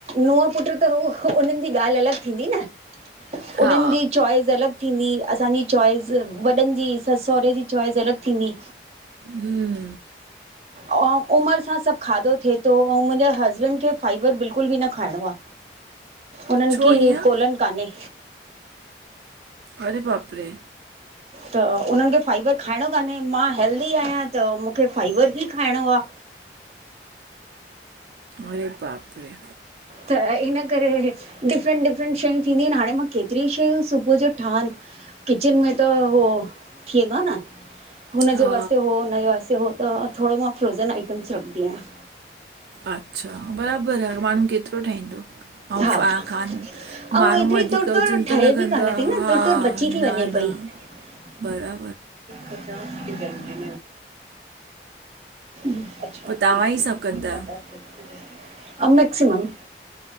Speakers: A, on the right; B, on the right.
A: नूंहं पुट त हू उननि जी ॻाल्हि अलॻि थींदी न
B: हा
A: उननि जी चॉइस अलॻि थींदी असांजी चॉइस, वॾनि जी ससु सहुरे जी चॉइस अलॻि थींदी।
B: हूं
A: अऊं उमिरि सां सभु खाधो थिए तो ऐं मुंहिंजे हसबैंड खे फाइबर बिल्कुल बि न खाइणो आ। उननि
B: छो
A: खे
B: ईअं
A: कोलनि कान्हे।
B: अरे बाप रे
A: त उननि खे फाइबर खाइणो कान्हे, मां हेल्दी आहियां, त मूंखे फ़ाइबर ई खाइणो आ।
B: अरे बाप रे।
A: त हिन करे डिफरेंट डिफरेंट शयूं थींदियूं आहिनि हाणे मां केतिरी शयूं सुबुह जो ठाहनि। किचन में त हो, थी वेंदो आ न हुनजे
B: हा
A: वासते हो हुनजे वासे हो त थोडो मां फ्रोजन आइटम्स रखंदी आहियां।
B: अच्छा बराबर आ माण्हू केतिरो ठाहींदो। अऊं
A: हा
B: फ खा
A: ऐं
B: माण्हू
A: एतिरी
B: वधीक
A: तुर तुर
B: हुजन
A: ठहे
B: त लॻंदो
A: बि कान
B: आ
A: थी न
B: हा
A: तुर तुर बची थी
B: न न।
A: <inaudible>
B: बरा
A: पचास की गैरंटी <unintelligible> <inaudible> अच्छा,
B: पोइ तव्हां
A: हिकु
B: ई
A: मिनट,
B: सभु
A: हिकु
B: कंदा आहियो
A: मिनट <unintelligible> <inaudible> मॅक्सिमम।